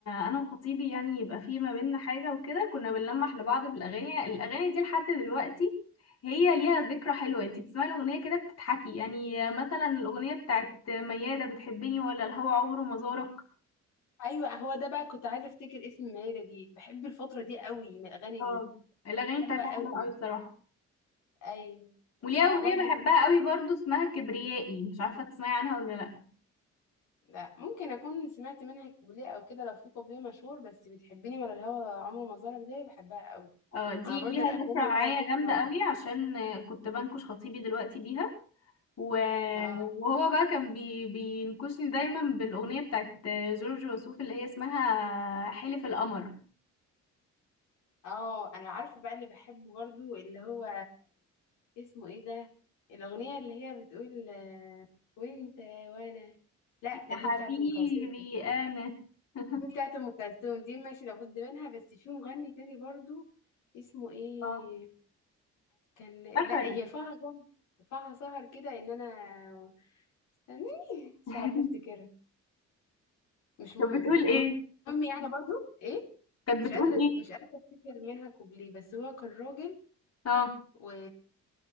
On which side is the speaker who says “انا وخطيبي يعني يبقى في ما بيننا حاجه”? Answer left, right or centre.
Left